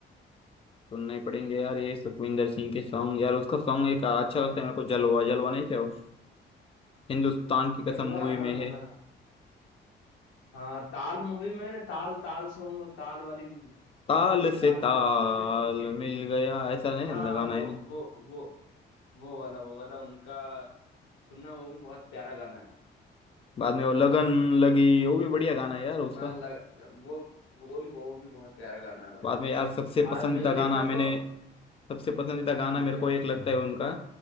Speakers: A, on the left; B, on the left.
A: सुनना ही पड़ेंगे यार ये सुखविंदर सिंह के सॉन्ग यार उसका सॉन्ग एक अच्छा लगता है मेरे को जलवा जलवा नहीं क्या वो हिंदुस्तान की कसम
B: जलवा
A: मूवी
B: हाँ
A: में है
B: हाँ हाँ ताल मूवी में ना ताल ताल सॉन्ग वो ताल वाली
A: ताल
B: ताल से ताल
A: से ताल
B: मिला उसमें भी तो उनके हैं
A: मिल गया ऐसा नहीं
B: हाँ
A: लगाना
B: हाँ वो
A: है ना
B: वो वो वो वाला वो वाला उनका सुनना वो भी बहुत प्यारा गाना है
A: बाद में वो लगन लगी वो भी बढ़िया गाना है यार उसका
B: हाँ लग, वो वो भी वो भी बहुत प्यारा गाना है भाई
A: बाद में यार सबसे पसंदीदा
B: आ म्यूजिक
A: गाना
B: मेरे
A: मैंने
B: को
A: सबसे पसंदीदा गाना
B: हम्म
A: मेरे
B: क्या
A: को एक लगता है उनका